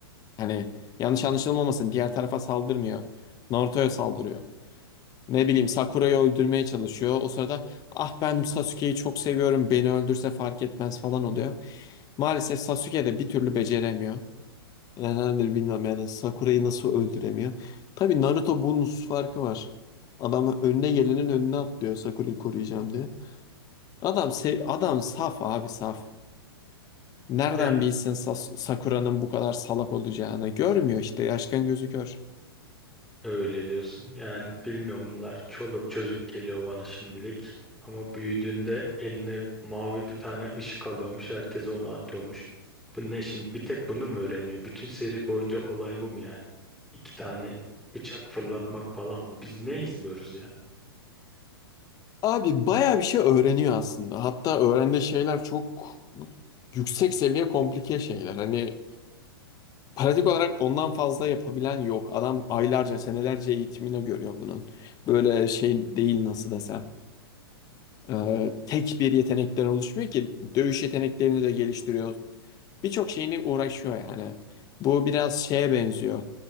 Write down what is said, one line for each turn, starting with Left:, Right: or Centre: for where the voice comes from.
Left: Hani yanlış anlaşılmamasın diğer tarafa saldırmıyor. Naruto'ya saldırıyor. Ne bileyim Sakura'yı öldürmeye çalışıyor. O sırada ah ben Sasuke'yi çok seviyorum beni öldürse fark etmez falan oluyor. Maalesef Sasuke de bir türlü beceremiyor. Nedendir bilmem yani Sakura'yı nasıl öldüremiyor. Tabii Naruto bunun farkı var. Adam önüne gelenin önüne atlıyor Sakura'yı koruyacağım diye. Adam se- adam saf abi saf. Nereden
Centre: Ya
Left: bilsin Sas- Sakura'nın bu kadar salak olacağını? Görmüyor işte yaşkan gözü kör.
Centre: öyle diyorsun yani bilmiyorum bunlar çoluk çocuk geliyor bana şimdilik. Ama büyüdüğünde eline mavi bir tane ışık alıyormuş herkes onu atıyormuş. Bu ne şimdi bir tek bunu mu öğreniyor? Bütün seri boyunca olay bu mu yani? İki tane bıçak fırlatmak falan mı? Biz ne izliyoruz ya?
Left: Abi bayağı bir şey öğreniyor aslında. Hatta öğrendiği şeyler çok yüksek seviye komplike şeyler. Hani pratik olarak ondan fazla yapabilen yok. Adam aylarca, senelerce eğitimini görüyor bunun. Böyle şey değil nasıl desem. Ee, tek bir yetenekten oluşmuyor ki. Dövüş yeteneklerini de geliştiriyor. Birçok şeyini uğraşıyor yani. Bu biraz şeye benziyor.